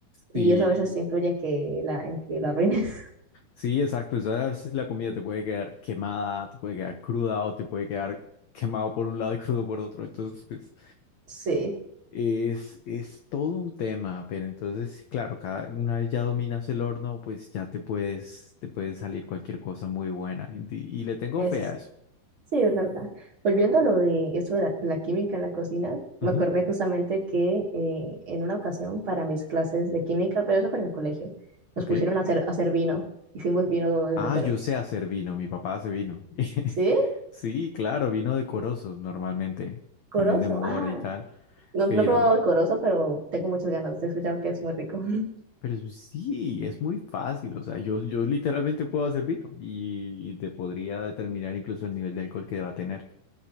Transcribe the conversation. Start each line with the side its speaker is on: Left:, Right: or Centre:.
Left: sí,
Right: y eso a veces influye en que la, en que la arruines.
Left: Sí, exacto. O sea, a veces la comida te puede quedar quemada, te puede quedar cruda o te puede quedar quemado por un lado y crudo por otro. Entonces, pues,
Right: <laughs> Sí,
Left: es, es todo un tema, pero entonces, sí, claro, cada, una vez ya dominas el horno, pues ya te puedes, te puede salir cualquier cosa muy buena. Y, y le tengo
Right: es...
Left: fe a eso.
Right: Sí, es verdad. Volviendo a lo de eso de la, la química en la cocina, me
Left: Ujú,
Right: acordé justamente que eh, en una ocasión para mis clases de química, pero eso fue en el colegio, nos
Left: Ok.
Right: pusieron a hacer, a hacer vino. Hicimos vino desde
Left: Ah,
Right: cero.
Left: yo sé hacer vino, mi papá hace vino. <laughs>
Right: ¿Sí?
Left: Sí, claro, vino decoroso normalmente,
Right: Corozo.
Left: también de mora
Right: Ah,
Left: y tal,
Right: no,
Left: pero...
Right: no he probado el Sí, corozo, pero tengo muchas ganas. He escuchado que es muy rico
Left: Pero sí, es muy fácil. O sea, yo, yo literalmente puedo hacer vino y, y te podría determinar incluso el nivel de alcohol que va a tener.